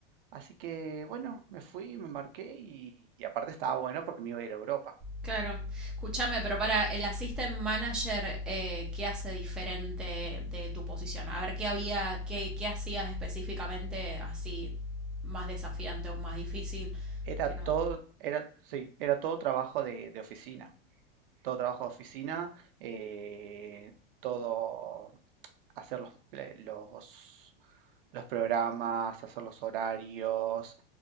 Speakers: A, on the right; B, in the centre.
A: Así que bueno, me fui, me embarqué y, y aparte estaba bueno porque me iba a ir a Europa.
B: Claro. Escúchame, pero para el assistant manager, eh, ¿qué hace diferente de tu posición? A ver, ¿qué había, qué, qué hacías específicamente así más desafiante o más difícil?
A: Era
B: Que
A: todo,
B: no.
A: era, sí, era todo trabajo de, de oficina. Todo trabajo de oficina, eh, todo hacer los, ple- los, los programas, hacer los horarios,